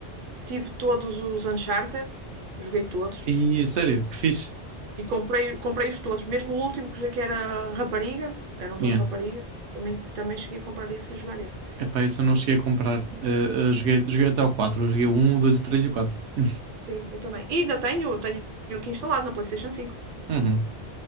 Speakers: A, on the right; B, on the right.
A: Tive todos os Uncharted, joguei todos.
B: E sério, que fixe.
A: E comprei, comprei-os todos, mesmo o último que já que era rapariga, eram duas
B: Yeah.
A: raparigas, também, também cheguei a comprar esse e jogar esse.
B: Epá, esse eu não cheguei a comprar. Eh, eh, joguei, joguei até o quatro Eu joguei o 1, o 2, o 3 e o 4. <laughs>
A: Sim, eu também. E ainda tenho, tenho aqui instalado na PlayStation cinco
B: Uhum,